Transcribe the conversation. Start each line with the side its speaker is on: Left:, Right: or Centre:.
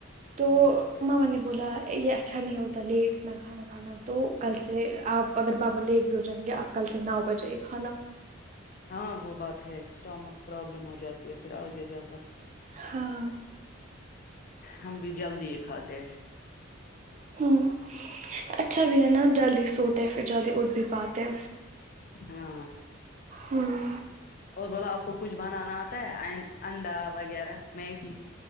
Right: تو
Left: ہ
Right: ماما نے بولا یہ اچھا نہیں ہوتا لیٹ اتنا کھانا کھانا تو کل سے آپ اگر بابا لیٹ بھی ہو جائیں گے آپ کل سے نو بجے کھانا
Left: ہاں وہ بات ہے اسٹامک پرابلم ہو جاتی ہے پھر آگے جا کر
Right: ہاں
Left: ہم بھی جلدی ہی کھاتے ہیں
Right: ہمم اچھا بھی ہے نا جلدی سوتے ہے پھر جلدی اٹھ بھی پاتے
Left: ہاں
Right: ہوں
Left: اور بلا آپ کو کچھ بنانا آتا ہے انڈا وغیرہ میگی